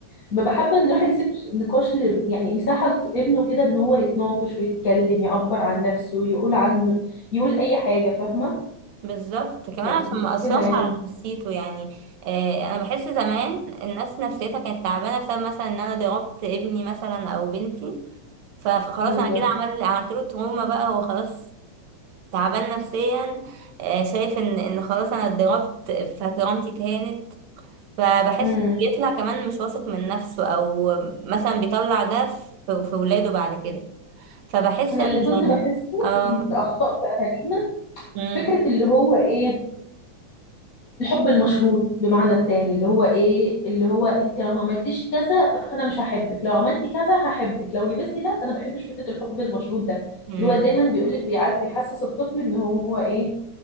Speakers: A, on the left; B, on the right.
A: ببقى حابه ان الواحد يسيب نقاش ل... يعني مساحه لابنه كده ان هو يتناقش ويتكلم يعبر عن نفسه يقول عنه يقول اي حاجه فاهمه
B: بالظبط كمان
A: لكن
B: عشان
A: مش
B: ما اثرش
A: كده يعني
B: على نفسيته يعني آه انا بحس زمان الناس نفسيتها كانت تعبانة بسبب مثلا ان انا ضربت ابني مثلا او بنتي ف- فخلاص
A: بالظبط
B: انا كده عمل عملت له تروما بقى هو خلاص تعبان نفسيا آه شايف ان ان خلاص انا اتضربت فكرامتي اتهانت فبحس
A: إمم.
B: بيطلع كمان مش واثق من نفسه او مثلا بيطلع ده في في ولاده بعد كده فبحس
A: انا
B: ان
A: اللي كنت بحسه
B: اه
A: ان اخطاء في اهالينا
B: مم،
A: فكره اللي هو ايه الحب المشروط بمعنى تاني اللي هو ايه اللي هو انت لو ما عملتيش كذا فانا مش هحبك لو عملتي كذا هحبك لو لبستي ده انا ما بحبش فكره الحب المشروط ده
B: مم،
A: اللي هو دايما بيقولك بيع- بيحسس الطفل ان هو ايه